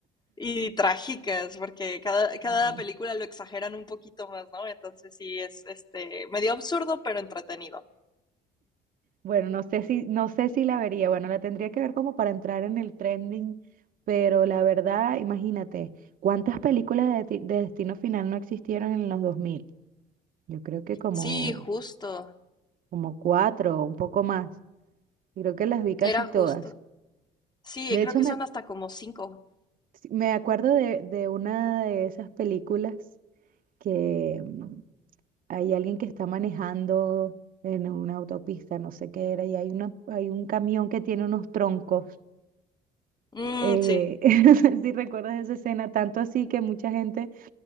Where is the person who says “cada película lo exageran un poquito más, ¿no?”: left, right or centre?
Left